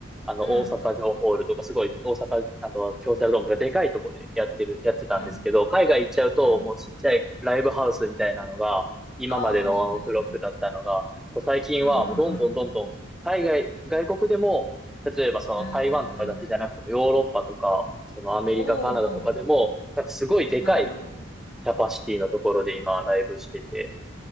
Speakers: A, in the centre; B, on the left.
A: あの大阪城ホールとかすごい大阪、
B: うん、
A: あと京セラドームとかでかいとこでやってる、やってたんですけど、
B: うん、
A: 海外行っちゃうともうちっちゃいライブハウスみたいなのが、
B: うん。
A: 今までのワンオクロックだったのが、
B: ああ、そうですね。
A: 最近はもうどんどんどんどん海外、
B: うんうん
A: 外国でも、例えばその台湾とかだけじゃなくてもヨーロッパとか、
B: えー、
A: そのアメリカ、
B: おーお
A: カナダとかでも、なんかすごいでかい
B: ーあなるほど。
A: キャパシティのところで今ライブしてて。